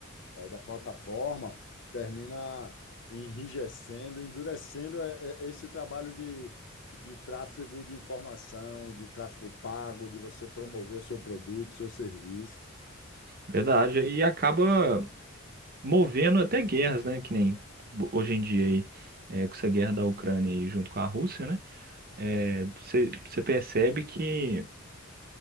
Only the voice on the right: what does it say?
Verdade. E acaba movendo até guerras, né? Que nem hoje em dia aí, é, com essa guerra da Ucrânia aí junto com a Rússia, né? É, você você percebe que